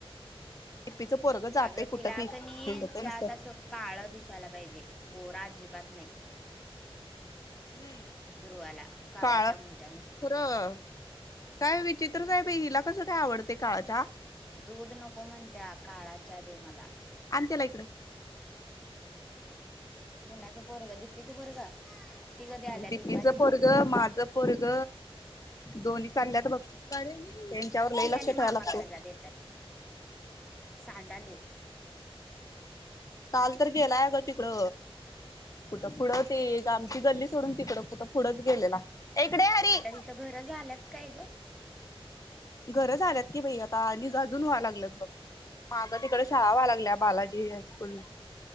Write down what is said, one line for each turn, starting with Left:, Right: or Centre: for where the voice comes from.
Left: टिप्पीचं पोरगं जातय
Centre: अगं तिला
Left: कुठं बी
Centre: कि नाही.....
Left: हिंडतय
Centre: चहात
Left: नुसतं
Centre: अस काळा दिसायला पाहिजे गोरा अजिबात नाही
Left: हम...
Centre: ध्रुवाला काळाच्या
Left: काळ
Centre: म्हणत्या नुसती
Left: खरं काय विचित्र साहेब हिला कसं काय आवडते? काळा चहा
Centre: दूध नको म्हणत्या काळाच चहा दे मला
Left: आणि त्याला इकडे
Centre: कुणाचं पोरगं दिपीच पोरगं ती कधी आल्या
Left: दिपीचं
Centre: दिपाली?
Left: पोरग माझं पोरग दोन्ही चालल्यात बघ त्यांच्यावर लई
Centre: पि
Left: लक्ष
Centre: आणि
Left: ठेवावं
Centre: मामाकडे
Left: लागतंय
Centre: जा देतात. सांडालय.
Left: काल तर गेला आहे ग तिकडे, कुठं पुढें ती आमची गल्ली सोडून तिकडे कुठ पुढच गेलेला ए इकडे ये आरी
Centre: आता तिथं घरं झाल्यात काय ग
Left: घर झाल्यात की बाई आता आणि अजून व्हाल्यात बघ मागे तिकडे
Centre: होय
Left: शाळा
Centre: का
Left: व्हायला लागली बालाजी हम्म,